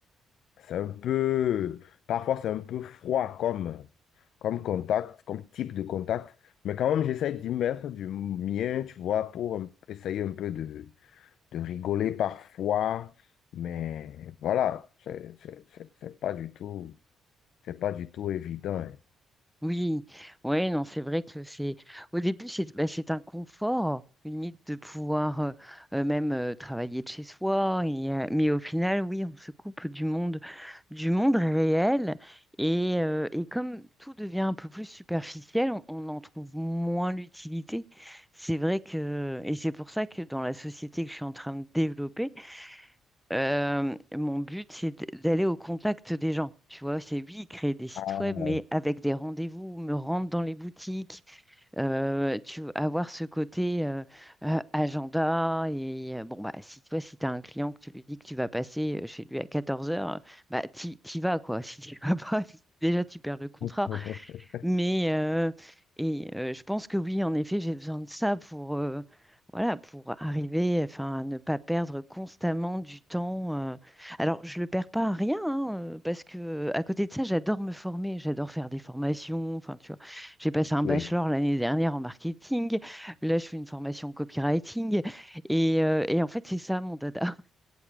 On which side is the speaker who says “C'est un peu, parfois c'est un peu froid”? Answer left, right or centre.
Left